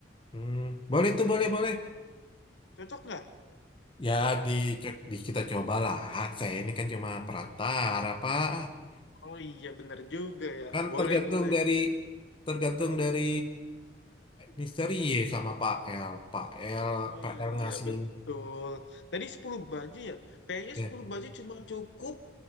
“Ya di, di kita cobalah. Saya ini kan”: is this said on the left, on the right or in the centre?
Left